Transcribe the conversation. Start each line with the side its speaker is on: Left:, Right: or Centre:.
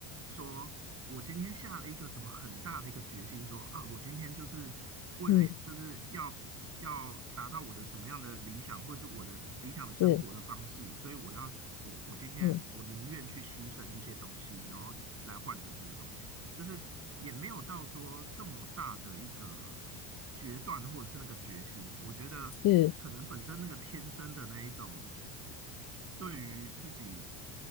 Right: 说我今天下了一个什么很大的一个决心说，啊我今天就是为了就是要要达到我的什么样的理想，
Left: 嗯
Right: 或者是我的理想的生活的方式，
Left: 嗯
Right: 所以我要我我今天我宁愿去牺牲一些东西，
Left: 嗯
Right: 然后来换得这个东西，就是也没有到说这么大的一个决断或者是那个决心，我觉得可能本身那个天生的那一种
Left: 是，
Right: 对于自己